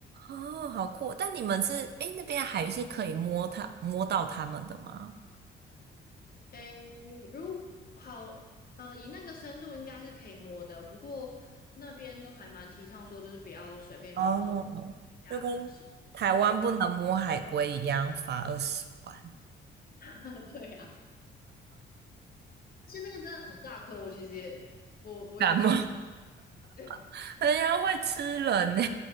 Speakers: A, on the right; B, on the left.
A: 哦，好酷哦！但你们是诶，那边的海域是可以摸它摸到它们的吗？
B: 诶，如好，呃，以那个深度应该是可以摸的，不过那边都还蛮提倡说，就是不要随便乱碰水下的东西。
A: 哦。就跟台湾不能摸海龟一样，
B: 对
A: 罚二十万。
B: <laughs> 对呀、啊而且那个真的很大颗，我其实也我我也不敢摸，
A: 感冒，
B: 对，
A: <laughs> 人家会吃人呢、